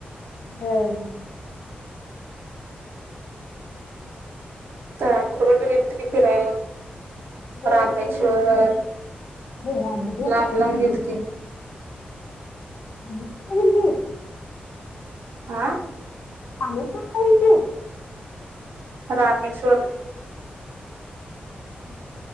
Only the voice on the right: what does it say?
तर कुठं कठ गेलती की फिरायला
रामेश्वर
लांब
लांब गेलती
हा
रामेश्वर